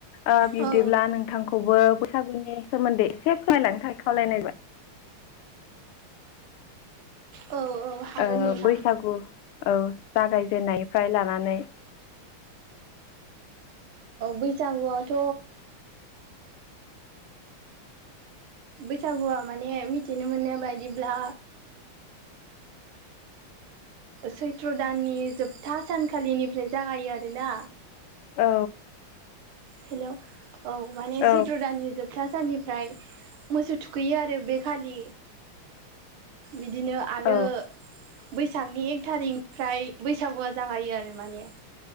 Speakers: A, on the left; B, on the right.
A: ओ बिब्दिब्ला
B: औ
A: नोंथां खौबो बैसागुनि सोमोन्दै एसे <inaudible> मायलांनो थाखाय खावलाय नायबाय।
B: औ औ हागोन
A: ओ
B: नोंथां
A: बैसागु औ। जागाय जेननाय निफ्राय लानानै
B: बैसागु आथ' बैसागुआ माने मिथिनो मोननाय बायदिब्ला सैथ्र' दाननि जोबथा सानखालि निफ्राय जागायो आरोना।
A: औ।
B: हेल' औ माने
A: औ
B: सैथ दान जोब था साननिफ्राय मोसौ थुखैयो आरो बे खालि बिदिनो आरो
A: औ
B: बैसागनि एक थारिक निफ्राय बैसागुआ जागायो आरो माने।